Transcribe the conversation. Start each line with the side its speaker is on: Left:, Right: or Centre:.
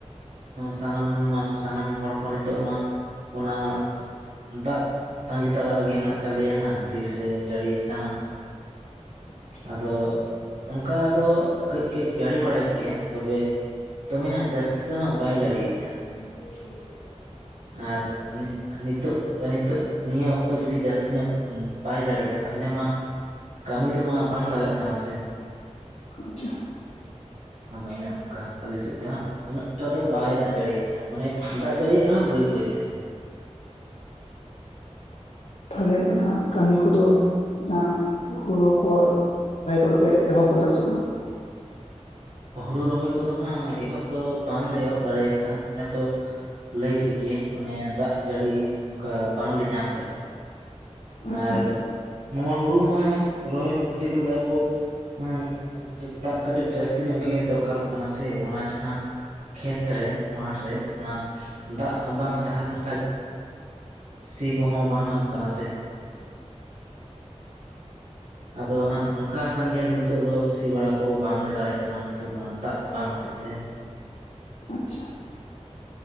Right: ᱥᱟᱱᱟᱢ ᱥᱟᱱᱟᱢ ᱦᱚᱲ ᱠᱚ ᱱᱤᱛᱚᱜ ᱢᱟ ᱚᱱᱟ ᱫᱟᱜ ᱛᱟᱺᱜᱤ ᱛᱟᱲᱟᱜ ᱨᱮᱜᱮ ᱦᱮᱱᱟᱜ ᱠᱟᱫ ᱞᱮᱭᱟ ᱦᱟᱸᱜ ᱛᱤᱥᱮ ᱡᱟᱹᱲᱤᱭᱮᱫ ᱠᱟᱱᱟ
Left: <inaudible>
Right: ᱟᱫᱚ ᱚᱱᱠᱟ ᱫᱚ ᱠᱟᱹᱡ ᱠᱟ. ᱡ ᱡᱟᱹᱲᱤ ᱵᱟᱲᱟᱭᱮᱫ ᱜᱮᱭᱟᱭ ᱛᱚᱵᱮ ᱫᱚᱢᱮ ᱦᱟᱸᱜ ᱡᱟᱹᱥᱛᱤ ᱫᱚᱦᱟᱸᱜ ᱵᱟᱭ ᱡᱟ. ᱲᱤᱭᱮᱜᱼᱟ
Left: <unintelligible>
Right: ᱟᱨ <unintelligible> ᱱᱤᱛᱚᱜ ᱱᱤᱛᱚᱜ ᱱᱤᱭᱟᱹ ᱚᱠᱛᱚ ᱡᱩᱫᱤ ᱡᱟᱹᱥᱛᱤ ᱧᱚᱜ ᱵᱟᱭ ᱡᱟᱲᱤᱭᱟ ᱛᱟᱦᱞᱮ ᱢᱟ ᱠᱟᱹᱢᱤ ᱨᱮᱢᱟ ᱵᱟᱝ ᱞᱟᱜᱟᱜ ᱠᱟᱱᱟ ᱥᱮ᱾
Left: ᱟᱪᱪᱷᱟ
Right: ᱟᱫᱚ ᱚᱱᱮ ᱚᱱᱠᱟ ᱟᱞᱮᱥᱮᱫ ᱫᱚ ᱦᱟᱸᱜ ᱩᱱᱟᱹᱜᱴᱟ ᱫᱚ ᱵᱟᱭ ᱫᱟᱜ ᱡᱟᱲᱤᱭᱮᱜᱼᱟ᱾ ᱢᱟᱱᱮ ᱫᱟᱜ ᱡᱟᱹᱲᱤᱭᱮ ᱨᱮᱦᱚᱸᱭ ᱵᱟᱹᱭ ᱵᱟᱹᱭ ᱛᱮ᱾
Left: ᱛᱟᱦᱞᱮ ᱚᱱᱟ ᱠᱟᱹᱢᱤ ᱠᱚᱫᱚ ᱚᱱᱟ ᱦᱩᱲᱩ ᱠᱚ <unintelligible> ᱠᱚᱫᱚᱯᱮ ᱮᱦᱚᱵ ᱠᱚᱫᱟ ᱥᱮ ᱵᱟᱝ?
Right: ᱦᱩᱲᱩ ᱨᱚᱦᱚᱭ ᱠᱚᱫᱚ ᱦᱟᱸᱜ ᱮᱦᱚᱵ ᱫᱚ ᱵᱟᱝᱞᱮ ᱮᱦᱚᱵ ᱫᱟᱲᱮᱭ ᱠᱟᱜᱼᱟ᱾ ᱚᱱᱮ ᱛᱚ ᱞᱟᱹᱭ ᱠᱮᱫ ᱜᱤᱭᱟᱹᱧ ᱚᱱᱮ ᱫᱟᱜ ᱡᱟᱹᱲᱤ ᱚᱱᱠᱟ ᱵᱟᱝᱞᱮ ᱧᱟᱢ ᱠᱟᱜᱼᱟ᱾
Left: ᱟᱪᱪᱷᱟ
Right: ᱟᱨ ᱱᱚᱣᱟ ᱦᱩᱲᱩ ᱢᱟ ᱨᱚᱦᱚᱭ ᱠᱚᱨᱛᱮ ᱜᱮ ᱞᱟᱵ ᱵᱚ ᱦᱩᱸ᱾ ᱫᱟᱜ ᱠᱟᱹᱴᱤᱡ ᱡᱟᱹᱥᱛᱤ ᱧᱚᱜ ᱜᱮ ᱫᱚᱨᱠᱟᱨᱚᱜ ᱠᱟᱱᱟ ᱥᱮ᱾ ᱚᱱᱟ ᱡᱟᱦᱟᱸ ᱠᱷᱮᱛ ᱨᱮ ᱢᱟᱴ ᱨᱮ ᱚᱱᱟ ᱫᱟᱜ ᱵᱟᱝ ᱛᱟᱦᱮᱸ ᱞᱮᱱᱠᱷᱟᱡ ᱥᱤ ᱠᱚᱦᱚᱸ ᱵᱟᱝ ᱜᱟᱱᱚᱜ ᱠᱟᱱᱟ ᱥᱮ᱾
Left: <unintelligible>
Right: ᱟᱫᱚ ᱦᱟᱸᱜ ᱚᱱᱠᱟ ᱠᱟᱱ ᱜᱮᱭᱟᱞᱮ ᱱᱤᱛᱚᱜ ᱫᱚ ᱥᱤ ᱵᱟᱲᱟ ᱠᱚ ᱵᱟᱝᱞᱮ ᱫᱟᱲᱮᱭᱟᱜ ᱠᱟᱱᱟ ᱱᱤᱛᱚᱜ ᱫᱚ ᱦᱟᱸ ᱫᱟᱜ ᱵᱟᱝ ᱦᱚᱛᱮᱡ ᱛᱮ᱾
Left: ᱟᱪᱪᱷᱟ᱾